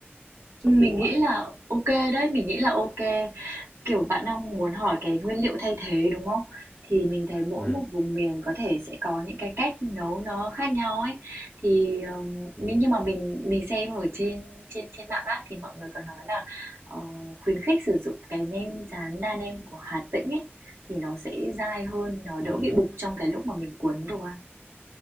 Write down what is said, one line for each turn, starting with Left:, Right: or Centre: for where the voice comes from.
Centre: xong
Right: Mình
Centre: cuộn
Right: nghĩ
Centre: lại
Right: là ok đấy, mình nghĩ là ok. Kiểu, bạn đang muốn hỏi cái nguyên liệu thay thế, đúng không? Thì mình thấy mỗi
Centre: Ừ.
Right: một vùng miền có thể sẽ có những cái cách nấu nó khác nhau ấy. Thì, ờm,
Centre: ừ.
Right: mình nhưng mà mình mình xem ở trên trên trên mạng á, thì mọi người có nói là, ờ, khuyến khích sử dụng cái nem rán đa nem của Hà Tĩnh ấy, thì nó sẽ dai hơn, nó
Centre: Ừ.
Right: đỡ bị bục trong cái lúc mà mình cuốn đồ ăn.